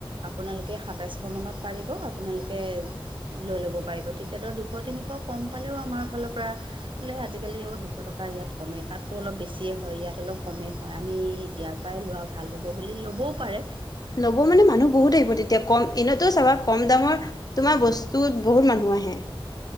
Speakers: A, on the right; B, on the left.
A: আপোনালোকে সাতাইশ মানত পাৰিব আপোনালোকে লৈ ল'ব পাৰিব, তেতিয়া দুশ তিনি এশ কম পালেও আমাৰ ফালৰ পৰা বোলে আজিকালিও দুশ টকা ইয়াত কমে তাতো অলপ বেছিয়ে হয়। ইয়াত অলপ কমেই হয় আমি ইয়াৰ পৰাই লোৱা ভাল হ'ব বুলি ল'বও পাৰে।
B: ল'ব মানে মানুহ বহুত আহিব তেতিয়া কম এনেতো চাবা কম দামৰ তোমাৰ বস্তুত বহুত মানুহ আহে। <inaudible>